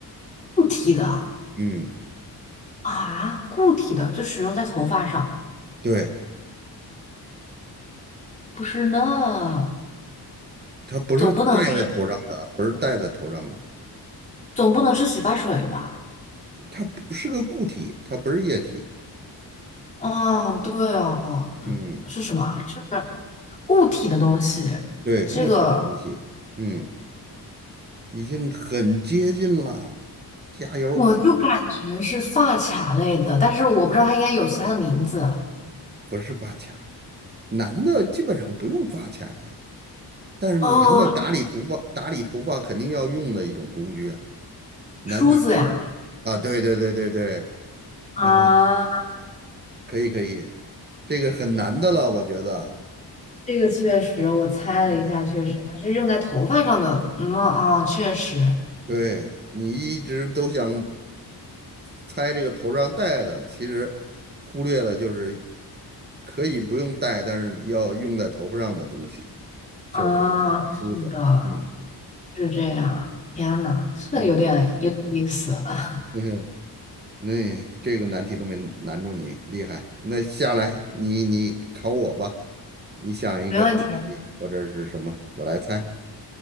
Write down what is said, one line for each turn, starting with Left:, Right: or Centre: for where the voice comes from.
Left: 固体的
Right: 嗯，
Left: 啊，固体的就使用在头发上，
Right: 对，
Left: 不是呢，
Right: 它不是戴在头上的，
Left: 总不能是
Right: 不是戴在头上的，
Left: 总不能是洗发水吧？
Right: 它不是个固体，它不是液体。
Left: 哦，对哦，
Right: 嗯，
Left: 嗯是什么？是固体的东西，
Right: 对，
Left: 这个
Right: 物体的东西，嗯，已经很接近了，加油！
Left: 我就感觉是发卡类的，但是我不知道它应该有其他的名字。
Right: 不是发卡，男的基本上不用发卡呀，但是男的打理头发，
Left: 哦，
Right: 打理头发肯定要用的一种工具啊，男女都
Left: 梳子呀，
Right: 啊，对对对对对，
Left: 啊。
Right: 啊，可以可以，这个很难的了，我觉得，
Left: 这个确实，我猜了一下，
Right: 嗯，
Left: 确实，它是用在头发上的。嗯啊，确实
Right: 对你一直都想猜这个头上戴的，其实忽略了就是可以不用戴，但是要用在头发上的东西，就是这个梳子，
Left: 啊，是的，
Right: 嗯
Left: 是这样。天呐，这有点有点意思。
Right: 嗯
Left: <laughs>
Right: 嗯。那、这个难题都没难住你，厉害。那下来你你考我吧，你想一个东西或者是什么，
Left: 没问题，
Right: 我来猜。